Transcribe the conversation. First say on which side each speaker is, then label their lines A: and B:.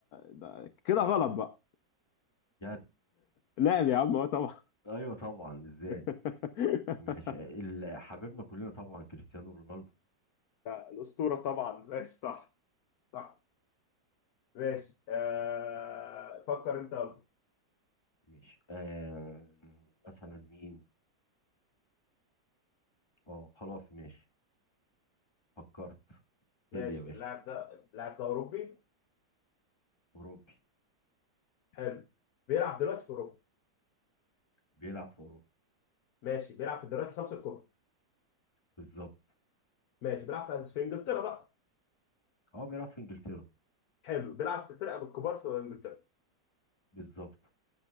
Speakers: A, on the left (about 65°); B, on the left (about 15°).
A: ده كده غلط بقى
B: بجد
A: لاعب يا عم هو طبعا
B: ايوه طبعا ازاي
A: <laughs>
B: مش ال- حبيبنا كلنا طبعا كريستيانو رونالدو
A: لا الأسطورة طبعا ماشي صح صح ماشي آه... فكر انت يلا.
B: مش آه مثلا مين اه خلاص ماشي فكرت ابتدي
A: ماشي
B: يا باشا
A: اللاعب ده اللاعب ده اوروبي
B: اوروبي
A: حلو بيلعب دلوقتي في اوروبا
B: بيلعب في اوروبا
A: ماشي بيلعب في الدوريات الخمسه الكبرى
B: بالظبط
A: ماشي بيلعب في في انجلترا بقى
B: اه بيلعب في انجلترا
A: حلو بيلعب في فرقه بالكبار في انجلترا
B: بالظبط